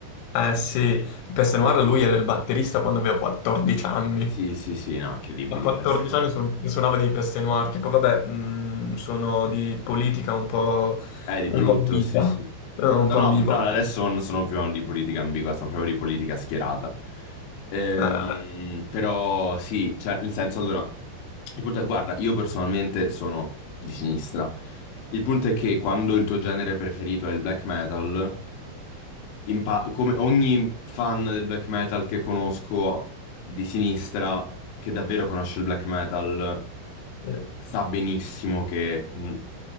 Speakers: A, on the left; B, on the left.
A: Eh sì,
B: Incredibili.
A: Noir lui era il batterista quando aveva 14 anni.
B: Sì, sì, sì, no, incredibili
A: A 14
B: i Peste Noir.
A: anni suon- suonava dei Noir, tipo vabbè, mm, sono di politica un po',
B: Eh, di
A: un
B: brutto,
A: po' ambigua,
B: sì, sì.
A: eh, un
B: No,
A: po'
B: no,
A: ambigua.
B: pr- no, adesso non sono più di politica ambigua, sono proprio di politica schierata. Ehm,
A: Eh,
B: però sì, cioè, nel senso, allora, il punto è, guarda, io personalmente sono di sinistra. Il punto è che quando il tuo genere preferito è il black metal, impa- come ogni fan del black metal che conosco di sinistra, che davvero conosce il black metal,
A: eh,
B: sa benissimo che mh,